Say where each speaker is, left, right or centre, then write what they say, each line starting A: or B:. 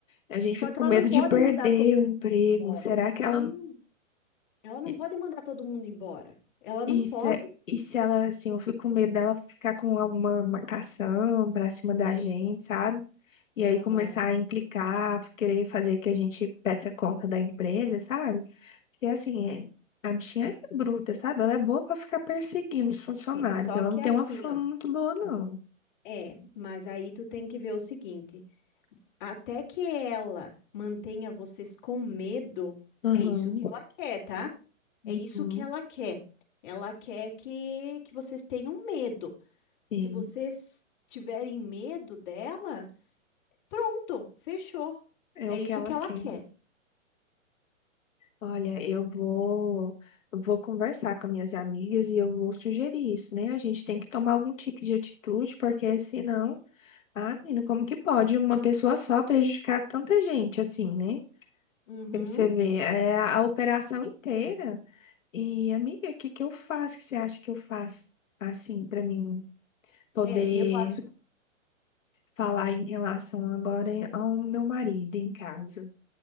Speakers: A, on the left; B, on the left.
A: A gente
B: só
A: fica
B: que
A: com
B: ela
A: medo
B: não pode
A: de perder
B: mandar todo
A: o emprego.
B: Olha.
A: Será que ela.
B: Não, ela não
A: E,
B: pode mandar todo mundo embora. Ela não
A: e
B: pode.
A: se, e se ela, assim, eu fico com medo dela ficar com alguma marcação pra cima da gente, sabe? E aí
B: Aham.
A: começar a implicar, querer fazer que a gente peça conta da empresa, sabe? E assim,
B: É,
A: é- a bichinha é bruta, sabe? Ela é boa pra ficar perseguindo os funcionários.
B: é, só
A: Ela
B: que
A: não tem
B: é assim,
A: uma fama
B: ó.
A: muito boa, não.
B: É, mas aí tu tem que ver o seguinte. Até que ela mantenha vocês com medo,
A: Aham.
B: é isso que ela quer, tá?
A: Uhum,
B: É isso que ela quer. Ela quer que, que vocês tenham medo. Se
A: sim,
B: vocês tiverem medo dela, pronto, fechou.
A: é
B: É
A: o
B: isso
A: que ela
B: que ela
A: quer.
B: quer.
A: Olha, eu vou, eu vou conversar com minhas amigas e eu vou sugerir isso, né? A gente tem que tomar algum tipo de atitude, porque senão, ah, menina, como que pode uma pessoa só prejudicar tanta gente assim, né?
B: Uhum.
A: Porque Você vê, é a operação inteira. E, amiga, o que que eu faço? O que você acha que eu faço, assim, para mim poder
B: É, eu acho.
A: falar em relação agora em- ao meu marido em casa?